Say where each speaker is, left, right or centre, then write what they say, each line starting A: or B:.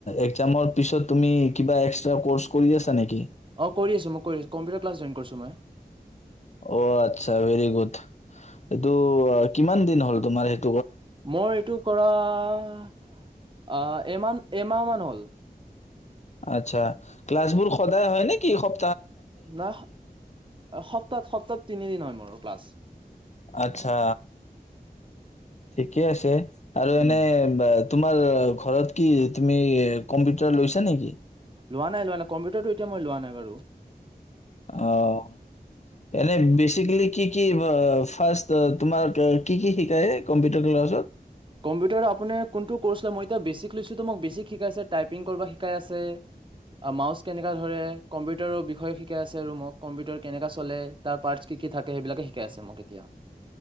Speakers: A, on the left; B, on the right.
A: একজামৰ পিছত তুমি কিবা এক্সট্ৰা কৰ্চ কৰি আছা নেকি?
B: অ', কৰি আছো ম কৰি আছো কম্পিউটাৰ ক্লাছ জইন কৰিছো মই।
A: অ', আতচ্ছা ভেৰি গুড এইটো আ, কিমান দিন হ'ল তোমাৰ? এ
B: মোৰ এইটো কৰা আহ, এমান-এমাহ মান হ'ল।
A: আতচ্ছা ক্লাছ বোৰ সদায় হয়, নেকি? সপ
B: নাহ সপ্তাত, সপ্তাত তিনিদিন হয়, মোৰ ক্লাছ।
A: আতচ্ছা। ঠিকে আছে। আৰু এনে
B: উম,
A: বা তোমাৰ ঘৰত কি তুমি কম্পিউটাৰ লৈছা নেকি?
B: লোৱা নাই লোৱা নাই কম্পিউটাৰটো এতিয়া মই লোৱা নাই বাৰু।
A: অ', এনে বেচিকেলি কি কি বা ফাৰ্ষ্ট তোমাৰ কি কি শিকাই কম্পিউটাৰ ক্লাছত?
B: কম্পিউটাৰৰ আপুনি কোনটো কৰ্চ লয় মই এতিয়া বেছিক লৈছোতো মোক বেছিক শিকাই আছে, টাইপিং কৰবা শিকাই আছে, আ, মাউচ কেনেকা ধৰে, কম্পিউটাৰৰ বিষয়ে শিকাই আছে আৰু মোক কম্পিউটাৰ কেনেকা চলে তাৰ পাৰ্টচ কি কি থাকে সেইবিলাকে শিকাই আছে মোক এতিয়া।